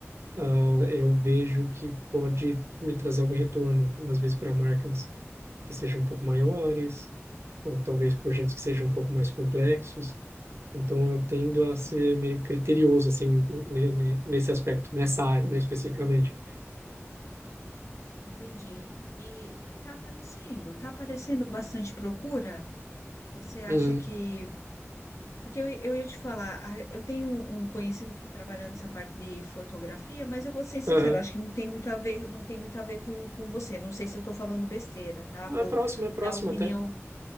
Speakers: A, on the right; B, on the left.
A: ah, eu vejo que pode me trazer algum retorno, às vezes para marcas que sejam um pouco maiores, ou talvez projetos que sejam um pouco mais complexos. Então, eu tendo
B: Entendi.
A: a ser meio criterioso, assim, ne- ne- nesse aspecto, nessa área, né, especificamente.
B: Entendi. E está aparecendo, está aparecendo bastante procura? Você acha
A: Uhum.
B: que Porque eu, eu ia te falar, a- eu tenho um conhecido que trabalha nessa parte de fotografia, mas eu vou ser sincera,
A: Aham.
B: eu acho que não tem muito a ver, não tem muito a ver com, com você. Não sei se eu estou falando besteira, tá?
A: Ah,
B: Vou
A: É próximo, é próximo
B: dar opinião
A: até.